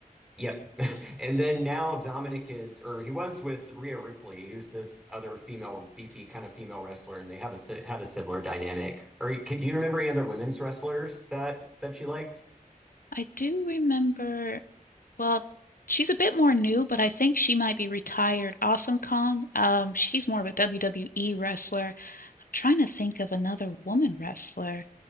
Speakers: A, in the centre; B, on the left.
A: Yep. <laughs> And then now Dominic is, or he was with Rhea Ripley, who's this other female, beefy kind of female wrestler, and they have a si- had a similar dynamic. Or can do you remember any other women's wrestlers that that you liked?
B: I do remember, well, she's a bit more new, but I think she might be retired. Awesome Kong, um, she's more of a WWE wrestler. I'm trying to think of another woman wrestler